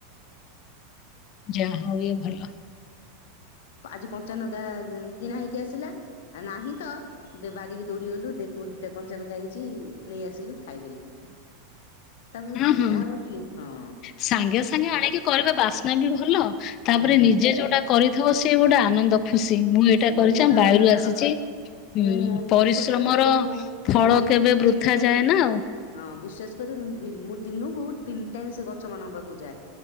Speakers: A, on the left; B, on the left.
A: ଯାହା ହଉ ଇଏ ଭଲ।
B: ଆଜି କଞ୍ଚାନଗା କିଣା ହେଇକି ଆସିଲା ନାହିଁ ତ ଦେ ବାରିକି ଦୌଡିଗଲୁ ଦେ କୋ ଦିଟା କଞ୍ଚା ଲଙ୍କା ହେଇଛି ନେଇ ଆସିଲୁ ଖାଇଦେଲୁ। ତାମ
A: ହଁ
B: କିଣା
A: ହଁ
B: ଆମ କି ହଁ।
A: ସାଙ୍ଗେ ସାଙ୍ଗେ ଆଣିକି କରିବା ବାସ୍ନା ବି ଭଲ ତାପରେ
B: ହୁଁ
A: ନିଜେ ଯୋଉଟା କରିଥିବ ସିଏ ଗୋଟେ ଆନନ୍ଦ ଖୁସି ମୁଁ ଏଇଟା
B: ବହୁତ
A: କରିଛି ଆମ
B: ଆନନ୍ଦ
A: ବାରିରୁ
B: ତାର।
A: ଆସିଛି।
B: ମୁଁ
A: ହୁଁ ପରିଶ୍ରମର
B: ବିଶ୍ଵାସ କରିବେନି ମୁଁ
A: ଫଳ
B: ମୁଁ ଦିନକୁ
A: କେବେ
B: ତିନି
A: ବୃଥା
B: ଟାଇମ
A: ଯାଏ ନା ଆଉ।
B: ହଁ ବିଶେଷ କରି ମୁଁ ଦିନକୁ ତିନି ଟାଇମ ସେ ଗଛ ମାନଙ୍କ ପାଖକୁ ଯାଏ।